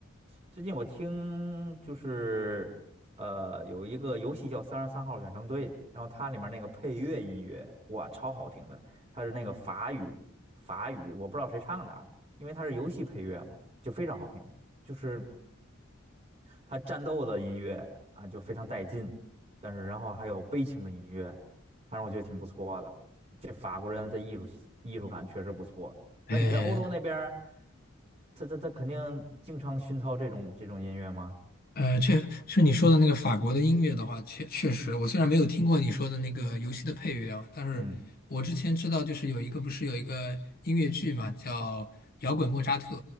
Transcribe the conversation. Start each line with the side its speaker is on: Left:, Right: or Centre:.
Right: 最近我听就是呃，有一个游戏叫《三十三号远征队》，然后它里面那个配乐音乐，哇，超好听的，它是那个法语法语，我不知道谁唱的啊，因为它是游戏配乐嘛，就非常好听，就是。他战斗的音乐啊就非常带劲，但是然后还有悲情的音乐，反正我觉得挺不错的。这法国人的艺术艺术感确实不错。那你在欧洲那边儿
Left: 哎，
Right: 他他他肯定经常熏陶这种这种音乐吗？
Left: 呃，确是你说的那个法国的音乐的话，确确实，我虽然没有听过你说的那个游戏的配乐啊，但是我之前知道，
Right: 嗯，
Left: 就是有一个不是有一个音乐剧嘛，叫《摇滚莫扎特》，